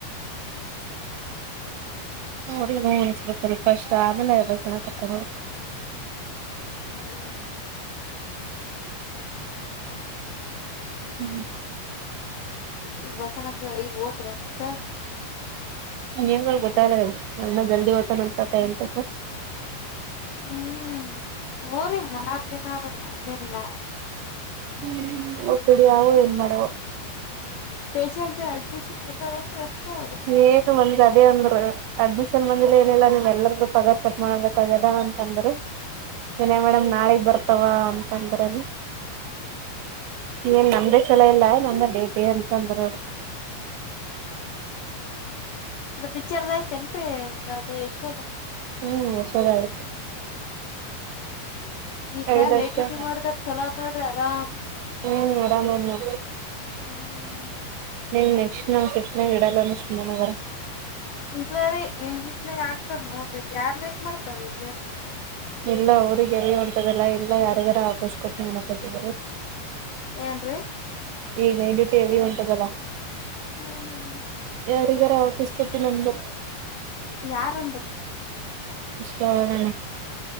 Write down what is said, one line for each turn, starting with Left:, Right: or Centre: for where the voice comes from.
Right: ಅವರಿಗೆ ನೋ ಅನಿಸಬೇಕು ಫಸ್ಟು ಆಮೇಲೆ ಬಸಣ ಕಕೊಂಡ ಹೋಗು
Left: ಹಾ ರ <inaudible>
Right: ಹ್ಮ್
Left: ಈಗ ಬಸನಕ್ ಈಗ ಓತ್ರ ಏನ್ರಿಕ
Right: ಏನ್ ಗೊತ್ತಲ್ಲ ನ ಜಲ್ದಿ ಓದ್ತಾನ ಅತತ ಎಂತಕ್ಕೆ
Left: ಹ್ಮ್ ಊರಿ ಮನಾರ್ ಜನ ನಮ್ಮಲ್ಲ
Right: ಹ್ಮ್ ಪಿಡಿ ಆ ಏನ್ ಮಾಡುವ
Left: ಪೇಶಷೆಂಟ್ ಅಡ್ಮಿಷನ್ ತಂದಾವೇಏನು ಅಷ್ಟ ಅವ ರೀ
Right: ಏನು ಬಂದ್ ಅದೇ ಅಂದ್ರು ಅಡ್ಮಿಷನ್ ಬಂದ ಏನಿಲ್ಲ ನಿಮ್ ಎಲ್ಲಾರೂ ಪಗಾರ್ ಪಟ್ ಮಾಡ್ಬೇಕಾಗ್ಯದ ಅಂತ ಅಂದ್ರಿ ಹಲೊ ಮೇಡಮ್ ನಾಳಿಗ್ ಬರ್ತಾವ ಅಂತಂದ್ರನು ಎನ್ ನಮ್ದೇ ಛಲೋ ಇಲ್ಲ ನಮ್ದೆ ಡ್ಯೂಟಿ ಅಂತಂದ್ರವ್ರು
Left: ರಿಜಿಸ್ಟರ್ ಆಯ್ತೆನ್ರೀ ಅದು ಯಶದು
Right: ಹ್ಮ್ ವರ್ಷಗಳಾಯ್ತು
Left: ಈ ಸಾರಿ
Right: ಐದಷ್ಟೇ
Left: ನೈಟ್ ಡ್ಯೂಟಿ ಮಾಡಿದಾರ ಚಲೋ ನೋಡ್ರಿ ಆರಾಮ್
Right: ಹ್ಮು ಆರಾಮು ಹಲೊ
Left: ಹ್ಮ್
Right: ನೀನ್ ನೆಕ್ಸ್ಟ್ ನಾ ಮಾಸ್ ಇಡಲ್ಲಂದ ನೆಕ್ಸ್ಟ್ ಬಾನುವಾರ
Left: ಇಲ್ಲ ರೀ ನಿಮ್ ಶಿಪ್ಟ್ನಾಗ ಆಗ್ತಾರ್ ನೋಡ್ರಿ ಯಾರ್ ವೇಟ್ ಮಾಡ್ತಾರ್ ರಿ
Right: ಇಲ್ಲ ಅವ್ರಿಗೆ ಅಂತದೆಲ್ಲ ಇಲ್ಲ ಯಾರಿಗಾರು ಆಕೋಸ್ಕೊತ್ತಿನಿ ಮತ್ ಕೊಟ್ಟಿದಿದ್ದಾರೆ
Left: ಏನ್ ರೀ
Right: ಏನ್ ನಡಿದಿದಂತ ಗೊಲ್ಲ
Left: ಹ್ಮ್ ಹ್ಮ್
Right: ಯಾರಿಗಾರ ಆಕುಸ್ತಕನಂದು
Left: ಯಾರ ಅಂದ್ರು
Right: ಶ್ರವಣೆ